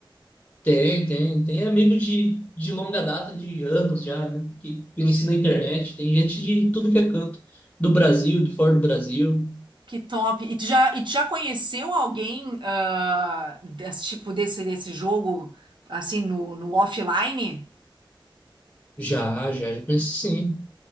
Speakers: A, on the left; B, on the right.
A: Tem, tem. Tem amigo de, de longa data, de anos já, né? Que conheci na internet. Tem gente de tudo que é canto. Do Brasil, de fora do Brasil.
B: Que top. E tu já, e tu já conheceu alguém ah, desse tipo desse, desse jogo assim no, no offline?
A: Já, já, já conheci sim.